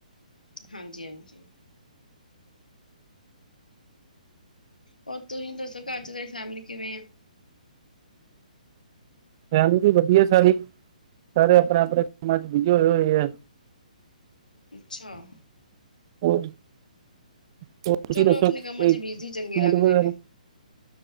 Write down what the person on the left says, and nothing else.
ਹਾਂਜੀ-ਹਾਂਜੀ। ਹੋਰ ਤੁਹੀਂ ਦੱਸੋ, ਘਰ'ਚ ਥੁਹਾਡੀ ਫੈਮਿਲੀ ਕਿਵੇਂ ਆ?
ਅੱਛਾ!
ਚਲੋ
ਆਪਣੇ ਕੰਮਾਂ
ਚ
ਬਿਜ਼ੀ ਚੰਗੇ ਲੱਗਦੇ
ਨੇ